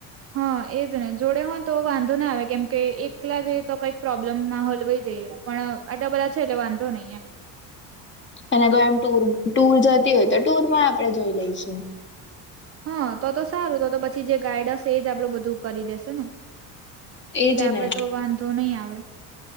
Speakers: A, on the right; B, on the left.
A: હા ને જોડે હોય તો વાંધો ના આવે કેમકે એકલા જઈએ તો કંઈક પ્રોબ્લેમ મા હોય પણ આટલા બધા છે એટલે વાંધો નહીં એમ
B: અને કો એમ ટુર જતી હોય તો ટુર માં આપડે લઈશું
A: હા તો તો સારું તો તો પછી જે ગાઈડસ એ જ આપડું બધું કરી દેશે ને
B: એજ
A: એટલે આપડે
B: ને.
A: તો વાંધો નહી આવે